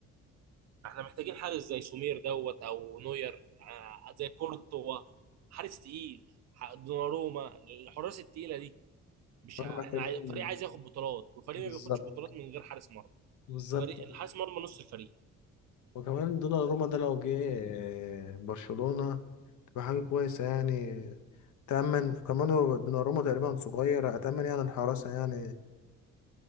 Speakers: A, on the right (about 60°); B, on the left (about 75°).
A: احنا محتاجين حارس زي سمير دوت او نوير آه، زي كورتوا حارس تقيل ح- دوناروما الحراس التقيلة دي مش
B: كمان
A: ع-
B: محتاجين
A: احنا عاي... فريق عايز ياخد بطولات والفريق
B: بالظبط
A: ما بياخدش بطولات من غير حارس مرمى
B: بالظبط
A: فريق الحارس مرمى نص الفريق
B: وكمان دوناروما ده لو جه آه، برشلونة تبقى حاجة كويسة يعني تأمن كمان هو دوناروما تقريبا صغير أتأمن يعني الحراسة يعني